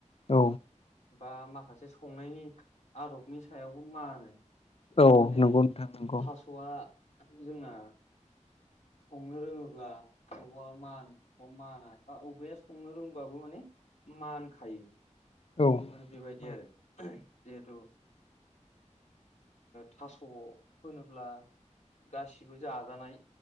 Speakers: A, on the left (about 50°); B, on the left (about 65°).
A: औ।
B: बा माखासे संनायनि आदबनि सायावबो माननो
A: औ
B: माने
A: नंगौ नोंथां नंगौ
B: थास'वा जोंना संनो रोङोब्ला बबावा माना माना बा बबाया संनो रोंबाबो माने ओ मानखायो
A: औ।
B: माने बेबायदि
A: मा
B: आरो जिहेथु थास' होनोब्ला गासिबो जाजानाय